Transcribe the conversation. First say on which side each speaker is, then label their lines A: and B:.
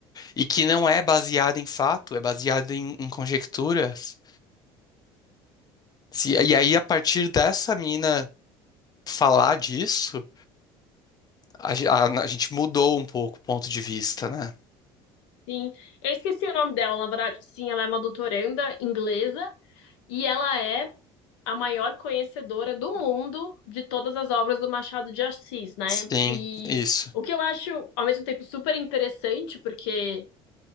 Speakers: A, on the left; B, on the left.
A: e que não é baseada em fato, é baseada em, em conjecturas. Se- e aí, a partir dessa mina falar disso, a, ge- a- a gente mudou um pouco o ponto de vista, né?
B: Sim, eu esqueci o nome dela, na verdade. Sim, ela é uma doutoranda inglesa e ela é a maior conhecedora do mundo de todas as obras do Machado de Assis, né?
A: Sim,
B: E
A: isso.
B: o que eu acho, ao mesmo tempo, super interessante, porque